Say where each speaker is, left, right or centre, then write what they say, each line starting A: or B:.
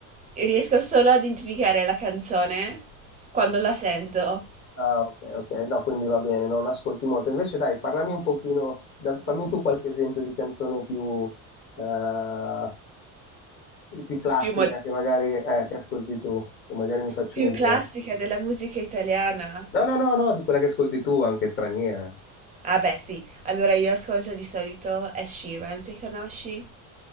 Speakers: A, on the right; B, on the left.
A: Riesco solo ad identificare la canzone quando la sento.
B: Ah, ok, ok, no, quindi va bene, non ascolti molto. Invece dai, parlami un pochino, da- fammi tu qualche esempio di canzone più, eh, più classica
A: Più, mo-
B: che magari eh, che ascolti tu, che magari mi faccio
A: più
B: un'idea.
A: classica della musica italiana.
B: No, no, no, no, di quella che ascolti tu, anche straniera.
A: Ah, beh, sì. Allora io ascolto di solito Ed Sheeran, se conosci?